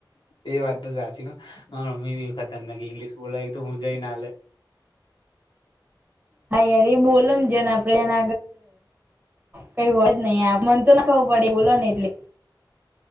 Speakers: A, on the left (about 80°); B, on the right (about 25°).
A: એ વાત તો સાચી મારી મમ્મી ખતરનાક ઇંગ્લિશ બોલે, એ તો હુંજ ના લેહ.
B: હા, અરે બોલો <unintelligible> આગળ શું કહેવું છે તે બોલો ને નહીં તો મને કંઈ સમજાતું નથી.